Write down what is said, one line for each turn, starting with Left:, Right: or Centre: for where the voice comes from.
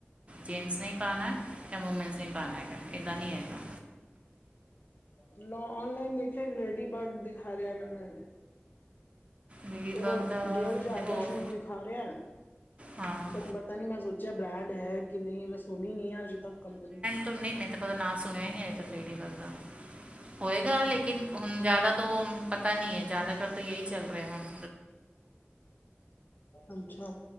Right: ਜੈਨਸ ਨਹੀਂ ਪਾਉਣਾ। ਜਾਂ ਮੂਵਮੈਂਸ ਨਹੀਂ ਪਾਉਣਾ ਹੈਗਾ ਇੱਦਾਂ ਨਹੀਂ ਹੈਗਾ।
Left: ਲੋ ਔਨਲਾਈਨ ਦੇਖਿਆ ਇੱਕ ਰੇਡੀ ਬਰਡ ਦਿਖਾ ਰਿਹਾ ਮੈਨੂੰ
Right: ਲੇਡੀ
Left: ਉਹ
Right: ਬਗ ਦਾ
Left: ਡੇਢ ਹਜ਼ਾਰ
Right: ਦੇਖੋ
Left: ਦਾ ਸ਼ੂਜ ਖਾ ਰਿਹਾ
Right: ਹਾਂ
Left: ਬਟ ਪਤਾ ਨੀ ਮੈਂ ਸੋਚਿਆ ਬ੍ਰਾਂਡ ਹੈ ਕਿ ਨਹੀਂ ਇਹ ਮੈਂ ਸੁਣੀ ਨੀ ਆ ਅੱਜ ਤੱਕ ਕੰਪਨੀ।
Right: ਤੂੰ ਨਹੀਂ ਮੈਂ ਤਾਂ ਕਦੇ ਨਾਂ ਸੁਣਿਆ ਹੀ ਨਹੀਂ ਅੱਜ ਤੱਕ ਲੇਡੀ ਵੱਲ ਦਾ। ਹੋਏਗਾ ਲੇਕਿਨ ਹੁਣ ਜ਼ਿਆਦਾ ਤਾਂ ਉਹ ਪਤਾ ਨਹੀਂ ਹੈ। ਜ਼ਿਆਦਾਤਰ ਤਾਂ ਇਹੀ ਚੱਲ ਰਿਹਾ ਹੁਣ।
Left: ਅੱਛਾ